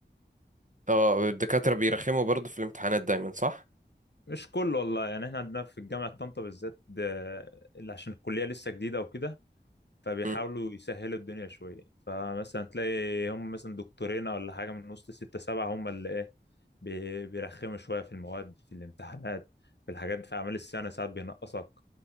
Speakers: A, on the right; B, on the left.
A: اه الدكاترة بيرخموا برضو في الامتحانات دايما صح
B: مش كله والله يعني احنا عندنا في الجامعة طنطا بالذات ده- اللي عشان الكلية لسه جديدة وكده فبيحاولوا
A: مم.
B: يسهلوا الدنيا شوية فمثلا تلاقي هم مثلا دكتورين ولا حاجة من وسط ستة سبعة هم اللي ايه بي- بيرخموا شوية في المواد في الامتحانات في الحاجات في أعمال السنة ساعات بينقصك